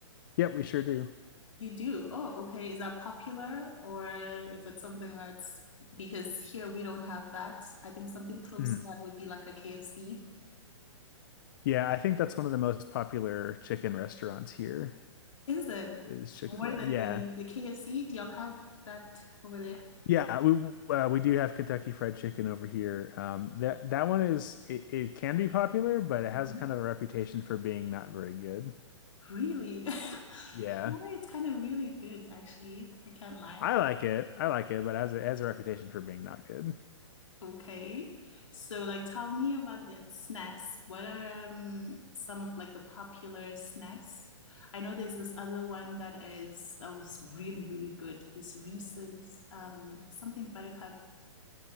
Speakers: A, on the left; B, on the left.
A: Yep, we sure do.
B: You do? Oh, okay. Is that popular or is that something that's because here we don't have that? I think something close
A: Mhm.
B: to that would be like a KFC.
A: Yeah, I think that's one of the most popular chicken restaurants here
B: Is it
A: is Chick-fil-A.
B: more than
A: Yeah.
B: the the KFC? Do y'all have that over there?
A: Yeah, we uh, we do have Kentucky Fried Chicken over here. Um, that that one is it, it can be popular, but it
B: Mhm.
A: has kind of a reputation for being not very good.
B: Really? <laughs>
A: Yeah,
B: Yeah, it's kind of really good actually. I can't lie.
A: I like it. I like it, but it has a, it has a reputation for being not good.
B: Okay. So like tell me about the snacks. What are um, some of like the popular snacks? I know there's this other one that is that was really, really good. This Reese's um something buttercup.